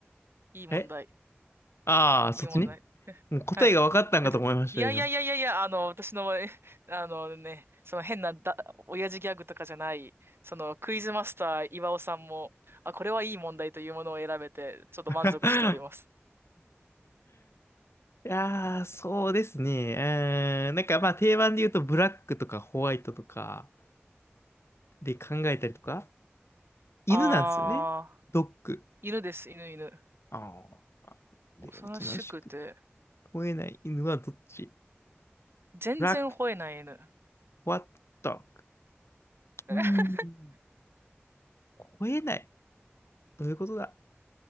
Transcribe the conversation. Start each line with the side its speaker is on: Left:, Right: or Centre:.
Right: いい問題。
Left: えああー、
Right: いい問題。
Left: そっちね。もう答えが分かったんかと思いましたよ、
Right: はい。えっと、いやいやいやいやいや、
Left: 今。
Right: あの、私の、<laughs> えあのね、その変なだ、親父ギャグとかじゃない、そのクイズマスター岩尾さんも、あ、これはいい問題というものを選べて、ちょっと満足しております。
Left: <laughs> いやー、そうですね。うーん、なんかまあ定番で言うとブラックとかホワイトとかで考えたりとか、犬なんですよね。
Right: あ
Left: ドッグ。
Right: ー、犬です、犬、犬。
Left: ああ。で、
Right: 恐ろしくて、
Left: おとなしく吠えない犬はどっち
Right: 全然吠えない犬。
Left: ブラック、ホワット、ドッグ。
Right: <laughs>
Left: うーん、吠えない。どういうことだ